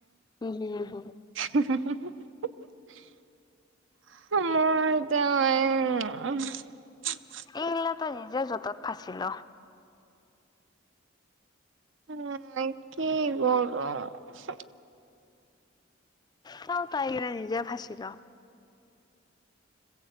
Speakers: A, on the left; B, on the right.
A: উম হম।
B: <unintelligible> <unintelligible> মই এইটা
A: এই গিলা তই নিজে জত য'ত তত ফাঁচি ল।
B: <unintelligible> কি কৰোঁ
A: তও তাই কিনে নিজে ফাঁচিল।